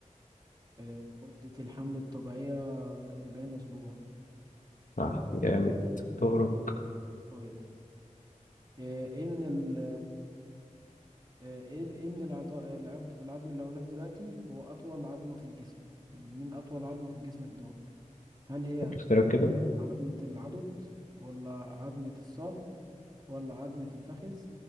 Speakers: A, on the right; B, on the left.
A: آه، مدة الحمل الطبيعية 40 اسبوع
B: صح جامد دورك
A: طيب آه، ايه من ال آه، ايه ايه من العضاء العض... العظم اللي اقولك دلوقتي هو اطول عظمة في الجسم يعني مين اطول عظمة في الجسم في دول هل هي
B: اختيارك كده
A: عظمة العضد ولا عظمة الساق ولا عظمة الفخذ